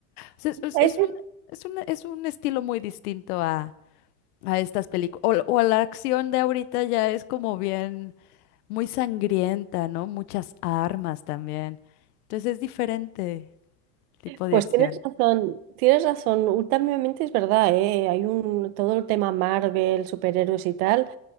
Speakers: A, on the left (about 80°); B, on the right (about 70°).
A: sea, Es, es-
B: Es-
A: es un, es un- es un estilo muy distinto a, a estas películas. O, o a la acción de ahorita ya es como bien, muy sangrienta, ¿no? Muchas armas también. Entonces es diferente el tipo de
B: Pues
A: acción.
B: tienes razón, tienes razón. Últimamente es verdad, ¿eh? Hay un, todo el tema Marvel, superhéroes y tal.